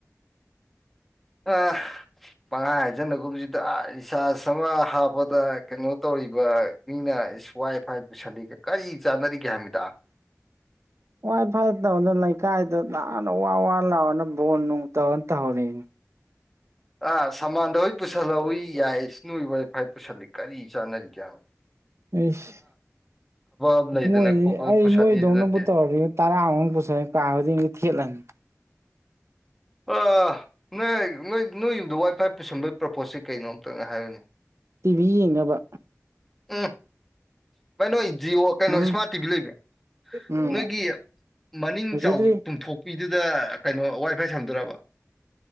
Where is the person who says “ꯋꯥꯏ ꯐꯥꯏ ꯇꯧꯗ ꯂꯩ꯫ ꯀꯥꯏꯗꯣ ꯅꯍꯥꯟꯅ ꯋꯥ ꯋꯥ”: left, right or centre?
Right